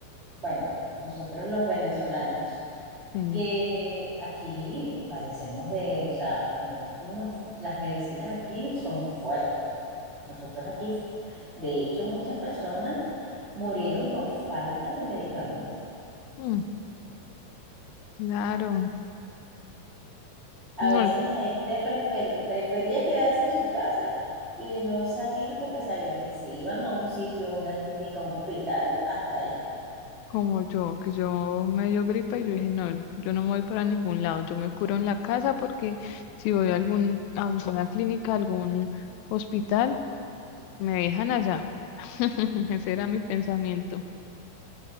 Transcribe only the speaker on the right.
bueno, nosotros los venezolanos,
que aquí padecemos de, o sea, nosotros nos- las medicinas aquí son fuertes. Nosotros aquí, de hecho, muchas personas murieron por falta de medicamentos
A
veces la gente preferi- prefería quedarse en su casa y no salir porque sabían que si iban a un sitio, a una clínica, a un hospital, hasta ahí.